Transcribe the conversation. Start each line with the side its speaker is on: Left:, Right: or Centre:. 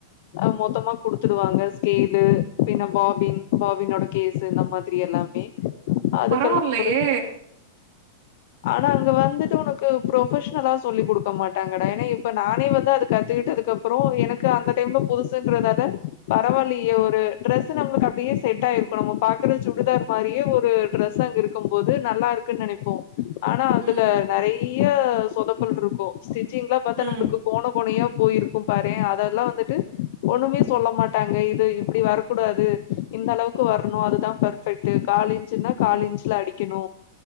Left: அ மொத்தமா குடுத்துடுவாங்க ஸ்கேலு பின்ன பாபின் பாபினோட கேஸ்சு இந்த மாதிரி எல்லாமே அதுக்கெல்லா
Right: பரவாலியே
Left: ஒரு ஆனா அங்க வந்துட்டு உனக்கு புரோஃபஷன்லா சொல்லி குடுக்க மாட்டாங்கடா ஏனா இப்ப நானே வந்து அது கத்துக்கிட்டதுக்கப்பறோ எனக்கு அந்த டைம்லோ புதுசின்றதால பரவாலியே ஒரு ட்ரெஸ்சு நம்ளுக் அப்டியே செட் ஆயிருக்கூ நம்ம பாக்கற சுடிதார் மாரியே ஒரு டிரெஸ் அங்க இருக்கும் போது நல்லாருக்குன் நெனைப்போ ஆனா அதுல
Right: ம்
Left: நெறை ய்யா சொதப்பல்ருக்கோ ஸ் சிங்லா பாத்தா
Right: ம்
Left: நம்ளுக்கு கோண கோணையா போயிருக்கோ பாரே அதல்லா வந்துட்டு ஒண்ணுமே சொல்ல மாட்டாங்க இது இப்டி வரக்கூடாது இந்தளவுக்கு வரணு அதுதா பெர்ஃபெக்ட்டு கால் இஞ்ச்னா கால் இஞ்ச்ல அடி க்கிணோ